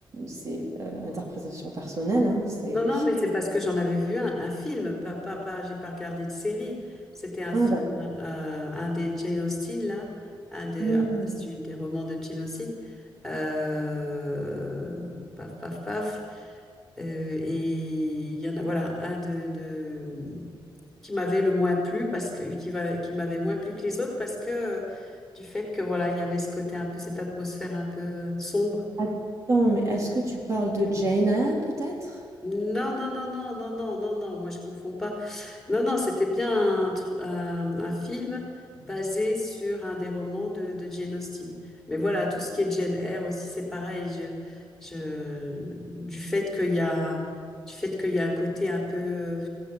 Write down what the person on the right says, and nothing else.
c'est euh, interprétation personnelle. Hein, c'est...
Ah,
d'accord.
Hmm.
Attends, mais est-ce que tu parles de Jaina, peut-être?